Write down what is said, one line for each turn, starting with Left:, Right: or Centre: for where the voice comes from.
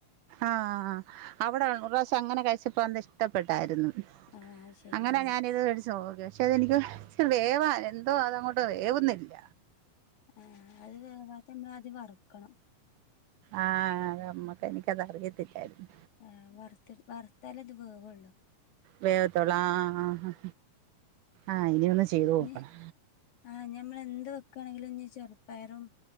Right: ആഹ് അവിടെ ഒരു പ്രാവശ്യം അങ്ങനെ കഴിച്ചപ്പോ ഇഷ്ട്ടപ്പെട്ടായിരുന്നു
Left: ആഹ് അത് ശരി
Right: അങ്ങനെ
Left: ആഹ്
Right: ഞാനിത് മേടിച്ച് <unintelligible> പക്ഷെ അതെനിക്ക് ഇച്ചിരി വേവ എന്തോ അതങ്ങോട്ട് വേവുന്നില്ല
Left: ഏഹ് അത് വേവാത്തന്താ അത് വറുക്കണം
Right: ആഹ് ഞമ്മക്ക് എനിക്കത് അറിയത്തില്ലായിരുന്നു.
Left: ഏഹ് വർ വർത്താലെ അത് വെവോള്ളൂ
Right: വേവത്തോള്ളൂ ആഹ് ആഹ് ആഹ് ഇനിയൊന്ന് ചെയ്ത് നോക്കണം
Left: ഇനി ആഹ് നമ്മളെന്ത് വെക്കണെങ്കിലും ഇഞ് ചെർപയറും